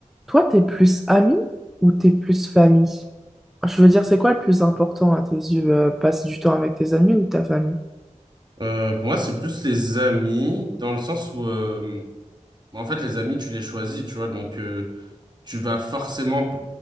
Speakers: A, in the centre; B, on the right.
A: Toi, t'es plus ami ou t'es plus famille? Je veux dire, c'est quoi le plus important à tes yeux, euh, passer du temps avec tes amis ou ta famille?
B: Euh, pour moi, c'est plus les amis, dans le sens où, euh, en fait, les amis, tu les choisis, tu vois, donc euh, tu vas forcément, p-